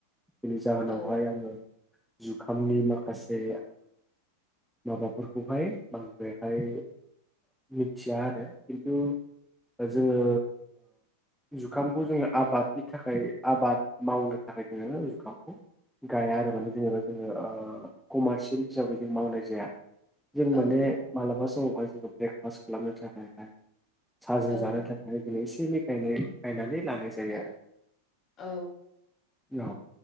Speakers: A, in the centre; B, on the left.
A: बेनि जाहोनावहाय
B: औ
A: आङो जुखामनि माखासे माबाफोरखौहाय बांद्रायहाय मिथिया आरो खिन्थु जोङो जुखामखौ जोङो आबादनि थाखाय आबाद मावनो थाखाय जोङो जुखामखौ गाया आरो माने जेनेबा जोङो कमारसियेल हिसाबै जों मावनाय जाया। जों
B: औ
A: माने
B: औ
A: मालाबा समावहाय जोङो ब्रेकफास्ट खालामनो थाखायहाय साहाजों
B: औ
A: जानो थाखाय दिनै एसे एनैयनाय गायनानै लानाय जायो आरो।
B: औ
A: औ